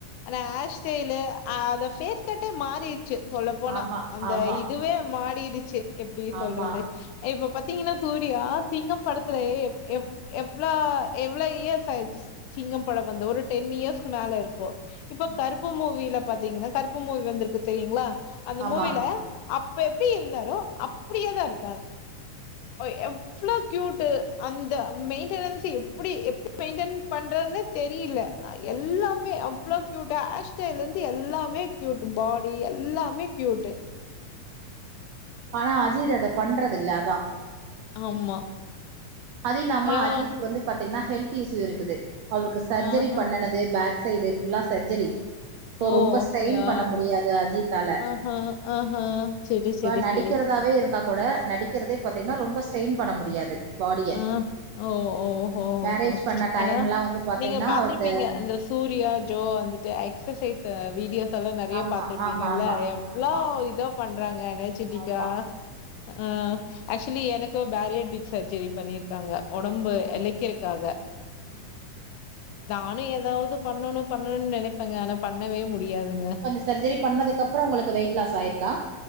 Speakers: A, on the left (about 75°); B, on the right (about 80°).
A: ஆனா ஹார் ஸ்டய்லு அத ஃபேஸ் கட்டே மாறிடுச்சு சொல்லப்போனா
B: ஆமா
A: அந்த
B: ஆமா
A: இதுவே மாடிடுச்சு எப்டி
B: ஆமா
A: சொல்றது இப்ப பாத்தீங்கன்னா சூர்யா சிங்கம்
B: ம்
A: திலே எவ் எவ் எவ்ளோ எவ்ளோ இயர்ஸ்ஸு ஆயிடுச்சு சிங்கம் பட வந்த ஒரு டென் இயர்ஸ்ஸுக்கு மேல இருக்கு இப்ப
B: ம்
A: கருப்பு மூவில பாத்தீங்கனா கருப்பு மூவி வந்திருக்கு தெரியுங்களா அந்த
B: ஆமா
A: மூவில அப்ப எப்டி இருந்தாரே அப்டியேதா இருக்கா ஓய் எவ்ளோ க்யூட் டு அந்த மெயின்டெனன்ஸ்ஸு எப்டி எப்டி மெயின்டென் பண்றதுன்னு தெரியில அ எல்லாமே அவ்ளோவு க்யூட் ஹேர் ஸ்டைல் இருந்து எல்லாமே க்யூட்டு பாடி எல்லாமே க்யூட்டு
B: ஆனா அஜித் அத பண்றது இல்ல அதா
A: ஆமா
B: அது இல்லாம
A: ஹலோ
B: அஜித் வந்து பாத்தீங்கன்னா ஹெல்த் இஸ்சூஸ் இருக்குது அவ்ருக்கு சர்ஜரி
A: ஆஹா
B: பண்ணுன து பேக் சைடு ஃபுல்லா சர்ஜரி சோ
A: ஓ
B: ரொம்ப
A: அப்டியா
B: ஸ்டெயின் பண்ண முடியாது அஜித்தால
A: ஆஹா ஆஹா செரி
B: இப்ப
A: செரி
B: நடிக்கிறது
A: செரி
B: தவே இருந்தா கூட நடிக்கிறதே பாத்திங்கன்னா ரொம்ப ஸ்டெயின் பண்ண முடியாது பாடிய
A: ஆ ஓ ஓ ஓ ஓ
B: மேரேஜ்
A: ஓ ஓ ஓ
B: பண்ண டைம்லா
A: ஆனா
B: வந்து பாத்தீங்கன்னா
A: நீங்க பாத்துருப்பீங்க
B: அது
A: அந்த சூர்யா ஜோ வந்துட்டு எக்சசைஸ்ஸு வீடியோஸ் ஸெல்லா நெறய
B: ஆமா
A: பாத்துருப்பீங்க
B: ஆமா
A: எவ்ளேவு
B: ஆமா ஆமா
A: இதோ பண்றாங்க எனர்ஜிடிக்கா
B: ஆமா
A: ஆ ஆக்சுவலி எனக்கு பேரியடிக் சர்ஜரி பண்ணிருக்காங்க ஒடம்பு
B: ம்
A: எலைக்கிறக்காக
B: ம்
A: நானு ஏதாவ்து பண்ணணு பண்ணணுனு நெனைப்பேங்க ஆனா பண்ணவே முடியாதுங்
B: இப்ப அந்த சர்ஜரி பண்ணதுக்கு அப்பறோ உங்களுக்கு வெயிட் லாஸ் ஆயிருக்கா